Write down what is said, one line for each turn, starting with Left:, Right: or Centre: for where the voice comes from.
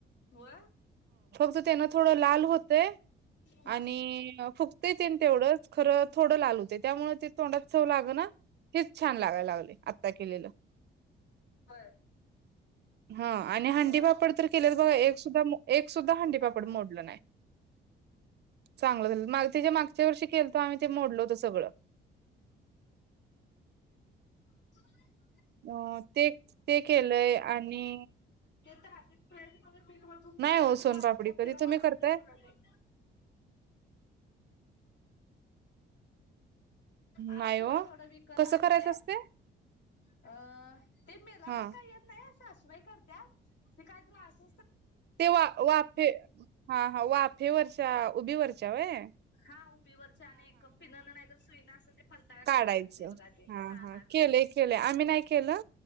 Left: व
Right: जे त्यांना थोडं लाल होत
Left: हा
Right: आणि फुगती त तेवढंच खरं थोडं लाल होते त्यामुळे ते तोंडात चव ना तेच छान लागायल ला आता केलेलं
Left: होय
Right: ह आणि हंडी
Left: हो
Right: पापड तर केले बघा एक सुद्धा एक सुद्धा हंडीपापड
Left: हा हा
Right: मोडलं नाही चांगलं झाल त्याच्या मागच्या वर्षी केलं तर आम्ही ते मोडलो होत सगळं
Left: ह
Right: अ ते ते केलंय आणि
Left: ते तर राज प्रयत् पट म तू
Right: नाही
Left: थोडा
Right: हो सोनपापडी
Left: स्वाद व
Right: कधी
Left: तेरा
Right: तुम्ही
Left: वा
Right: करताय?
Left: ते आम्ही
Right: नाही
Left: थोडं
Right: ओ
Left: थोडं विकत
Right: कसं
Left: आणले
Right: करायचं असतय?
Left: अ ते मेला
Right: हा
Left: पण काही येत नाही सासुबाई करतत ते काय त्रास
Right: ते वा वाफे हा हा व आफेवरच्या उभीवरच्या वय
Left: हा उब वरच्या आणि पिन नाही ते पलताळ
Right: काढायचं
Left: काढाय लागतय बघा ते.
Right: हा हा केले
Left: ते
Right: केले आम्ही नाही केला